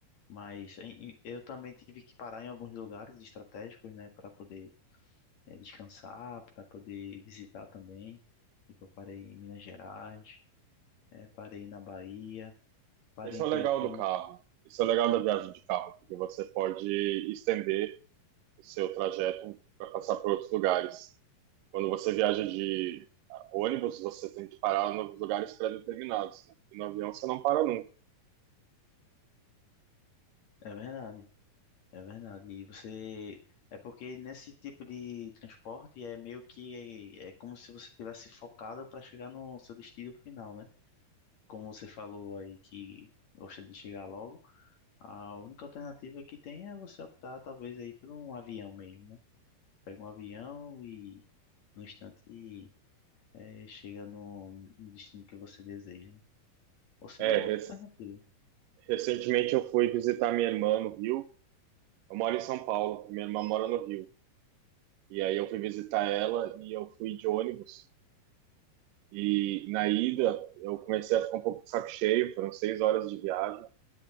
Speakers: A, on the left (about 55°); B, on the right (about 75°).
A: Mas em- em- eu também tive que parar em alguns lugares estratégicos, né? Para poder eh, descansar, para poder visitar também. Tipo, eu parei em Minas Gerais, eh, parei na Bahia, parei
B: esse
A: em
B: é
A: Curitiba.
B: o legal do carro. Isso é o legal da viagem de carro, porque você pode estender o seu trajeto para passar por outros lugares. Quando você viaja de ônibus, você tem que parar em lugares pré-determinados, né? E no avião você não para nunca.
A: É verdade. É verdade. E você. É porque nesse tipo de transporte é meio que. É, é como se você tivesse focado para chegar no seu destino final, né? Como você falou aí que gosta de chegar logo, a única alternativa que tem é você optar, talvez, aí por um avião mesmo, né? Pega um avião e no instante é, chega no, no destino que você deseja, né? Ou se
B: É,
A: não,
B: rec-
A: outra alternativa.
B: recentemente eu fui visitar minha irmã no Rio. Eu moro em São Paulo, minha irmã mora no Rio. E aí eu fui visitar ela e eu fui de ônibus. E na ida, eu comecei a ficar um pouco de saco cheio, foram seis horas de viagem.